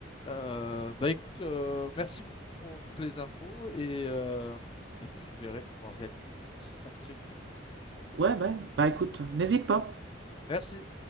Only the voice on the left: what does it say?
Euh, bah écoute, euh, merci beaucoup pour toutes les infos et, euh, et puis je verrai pour organiser mon petit surf trip du coup en Colombie.
Merci.